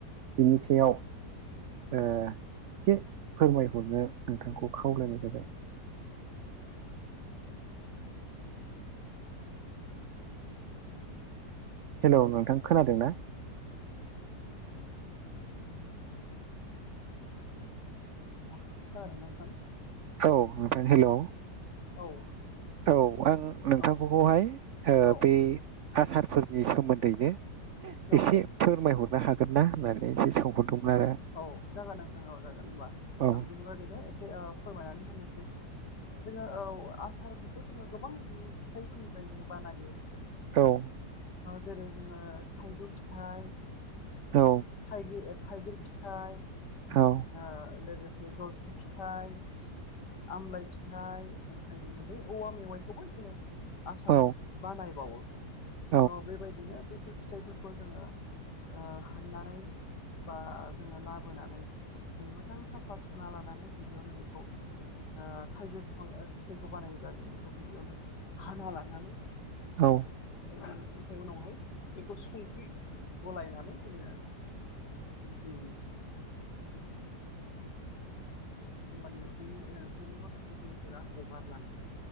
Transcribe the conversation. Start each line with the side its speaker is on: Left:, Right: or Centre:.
Right: बिनि
Left: औ औ
Right: सायाव, ओ एसे फोरमायहरनो नोंथांखौ खावलायनाय जाबाय। हेलौ नोंथां खोनादों ना?
Left: खोना दोंना नोंथां,
Right: औ हेलौ
Left: औ होमबा
Right: औ आं नोंथांखौहाय
Left: औ
Right: ओ
Left: औ
Right: बे आसारफोरनि सोमोन्दैनो
Left: जा
Right: एसे फोरमायहरनो हाग हागोन ना होननानै एसे सोंहरदोंमोन आरो
Left: औ जागोन नोंथाङा औ जागोन होनबा
Right: औ
Left: आं बिनि बागैनो एसे अ फोरमायनानै होनोसै जोङो औ आसार बे खौ जोङो गोबां फिथाइफोरनिफ्राय जोङो बानायो।
Right: औ
Left: जेरै जोङो थाइजौ फिथाइ
Right: औ
Left: थाइगिर फिथाइ ओ
Right: औ
Left: लोगोसे जलफि फिथाइ आमलाइ फिथाइ ओमफ्राय जोङो बै औवा मेवाइखौबो जोङो, आसार
Right: औ
Left: बानायबावो
Right: औ
Left: बेबायदिनो बैफोर फिथाइफोरखौ जोङो, ओ हाननानै बा जोङो लाबोनानै जों मोजां साफा सुना लानानै गिबियावनो बेखौ ओ थाइजौ बिफां फिथाइखौ बानायोब्ला जों बेखौ गिबियावनो हाना लानानै
Right: औ
Left: जोङो ओमफ्राय उनावहाय बेखौ संख्रि गलायनानै जोङो, उम ओमानिबा बेनि बेनि माखासे दैफोरा हगारलाङो